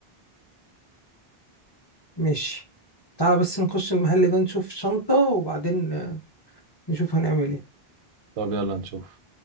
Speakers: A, on the left (about 35°); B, on the right (about 80°).
A: ماشي تعالى بس نخش المحل ده نشوف شنطة وبعدين نشوف هنعمل ايه
B: طب يلا نشوف